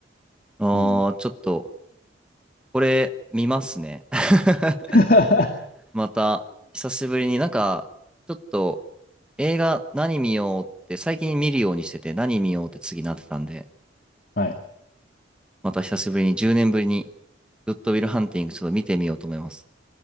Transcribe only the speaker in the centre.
ああ、
ちょっと、これ、見ますね。<laughs>
また、久しぶりになんか、ちょっと、映画何見ようって、最近見るようにしてて、何見ようって次なってたんで、
また久しぶりに10年ぶりにグッドウィルハンティングちょっと見てみようと思います。